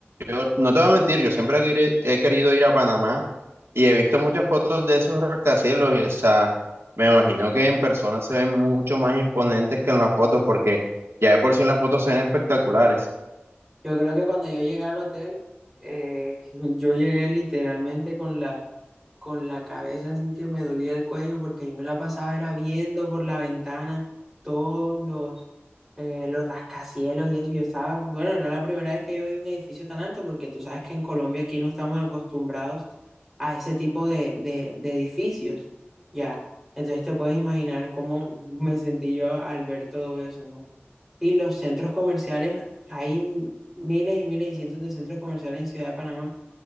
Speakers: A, on the right; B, in the centre.
A: yo no te voy a mentir, yo siempre he queri- he querido ir a Panamá y he visto muchas fotos de esos rascacielos y, o sea, me imagino que en persona se ven mucho más imponentes que en las fotos porque ya de por sí en las fotos se ven espectaculares.
B: Yo creo que cuando yo llegué al hotel, eh, <laughs> yo llegué literalmente con la con la cabeza así que me dolía el cuello porque yo me la pasaba era viendo por la ventana todos los, eh, los rascacielos y eso. Yo estaba, bueno, era la primera vez que yo vi un edificio tan alto porque tú sabes que en Colombia aquí no estamos acostumbrados a ese tipo de, de, de edificios, ya. Entonces te puedes imaginar cómo me sentí yo al ver todo eso, ¿no? Y los centros comerciales, hay miles y miles y cientos de centros comerciales en Ciudad de Panamá